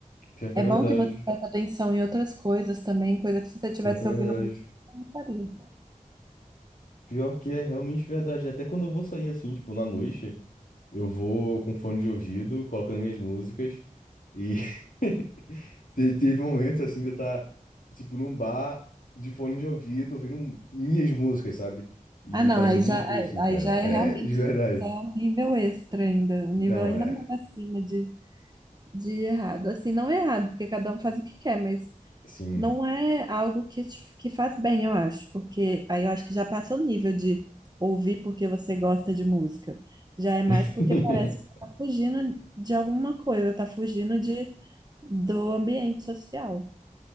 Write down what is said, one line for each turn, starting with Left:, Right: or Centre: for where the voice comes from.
Left: Pior que
Right: é
Left: é verdade.
Right: bom que você presta atenção em outras coisas também, coisa que se você tivesse
Left: Pior que é
Right: ouvindo
Left: verdade.
Right: música, você não faria.
Left: Pior que é realmente verdade. Até quando eu vou sair assim, tipo, na noite, eu vou com fone de ouvido, colocando minhas músicas. E <laughs> te- teve momentos assim de eu estar, tipo, num bar de fone de ouvido, ouvindo minhas músicas, sabe? E
Right: Ah, não,
Left: fazendo
Right: aí
Left: minhas
Right: já,
Left: coisas
Right: aí,
Left: assim,
Right: aí
Left: cara.
Right: já é
Left: É
Right: realmente
Left: é, de verdade.
Right: já é um nível extra ainda, um nível
Left: Não,
Right: ainda
Left: é.
Right: mais acima de de errado. Assim, não é errado, porque cada um faz o que quer, mas
Left: Sim.
Right: não é algo que, te- que faz bem, eu acho. Porque aí eu acho que já passa o nível de ouvir porque você gosta de música. Já é mais
Left: <laughs>
Right: porque parece que você tá fugindo de alguma coisa, tá fugindo de, do ambiente social.